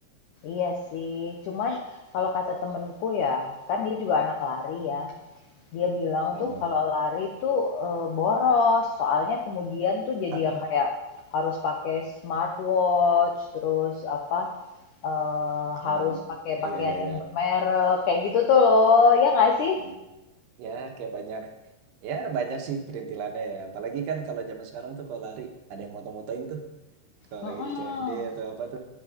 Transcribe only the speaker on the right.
Hmm.
<laughs>
Hmm.
Iya
iya
iya.
Hmm. Ya kayak banyak ya banyak sih perintilannya ya. Apalagi kan kalau zaman sekarang tuh kalau lari ada yang moto-motoin tuh kalau
lagi di CFD atau apa tuh.